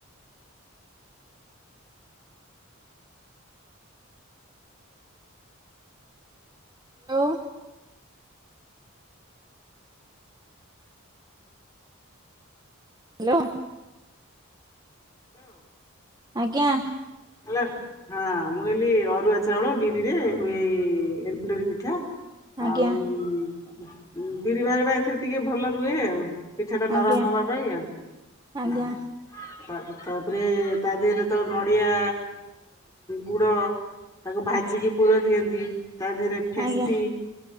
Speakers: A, on the right; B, on the left.
A: ହାଲୋ। ଲୋ।
B: ଲୋ।
A: ଆଜ୍ଞା।
B: ହାଲୋ। ହଁ ମୁଁ କହିଲି ଅରୁଆ ଚାଉଳ ବିରିରେ ହୁଏ ଏଇ ଏଣ୍ଡୁରି ପିଠା।
A: ଆଜ୍ଞା
B: ଆଉ ବିରିଭାଗ ଟା ଏଥିରେ ଟିକେ ଭଲ ରୁହେ ଆଉ। ପିଠା ଟା
A: ଆଜ୍ଞା
B: ନରମ ହବା ପାଇଁ ଆଉ
A: ଆଜ୍ଞା।
B: ହଁ ଆଗୁ ତାପରେ ତା ଦେହରେ ତ ନଡ଼ିଆ ଗୁଡ଼ ତାକୁ ଭାଜିକି ପୁର ଦିଅନ୍ତି। ତା ଡିହରେ ଫେସି
A: ଆଜ୍ଞା